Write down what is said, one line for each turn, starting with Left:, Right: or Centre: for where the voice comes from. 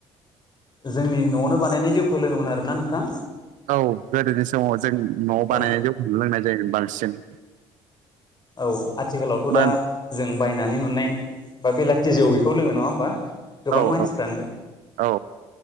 Left: जोंनि नआवनो बानायनाय जिवखौ लोंङोमोन आरोना नोंथां
Right: औ गोदोनि समाव जों न'आव बानायनाय
Left: औ
Right: जौखौनो लोंनाय जायोमोन बांसिन
Left: औ आथिखालावथ
Right: मा
Left: दा जों बायनानै मोननाय बा बेलाथि जौ बेखौ लोङो नङा होमबा गोबां
Right: औ औ
Left: मानसिफ्रानो
Right: औ